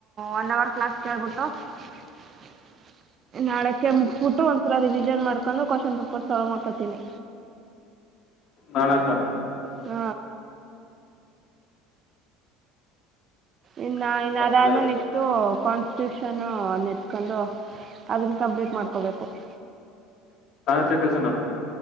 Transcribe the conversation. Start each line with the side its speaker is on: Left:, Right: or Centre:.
Right: ಒನ್ ಅವರ್ ಕ್ಲಾಸ್ಕೆಲ್ಬಿಟ್ಟು <unintelligible> ನಾಳೆಕ್ಕೆ ಮುಗಿಸಬಿಟ್ಟು ಒಂದ್ಸಲ ರಿವಿಸ್ -ನ್ ಮಾಡ್ಕೊಂಡು ಕ್ವಶನ್ ಪೇಪರ್ ಸಾಲ್ವ್ ಮಾಡ್ಕೊತೀನಿ
Left: ನಾಲಕ್ಕು
Right: ಹ್ಮ ಇನ್ನು
Left: ಮಾಡು
Right: ಇನ್ನ
Left: ಮಾಡು
Right: ಅದಾದ್ಮೇಲೆ
Left: ಒಳ್ಳೇದು
Right: ನೆಕ್ಸ್ಟ್ ಕಾನ್ಸ್ಟಿಟ್ಯೂಷನ್ ನೆತ್ಕೊಂಡು ಅದನ್ನ ಕಂಪ್ಲೀಟ್ ಮಾಡ್ಕೋಬೇಕು <inaudible>
Left: <unintelligible> ಸನ್ನು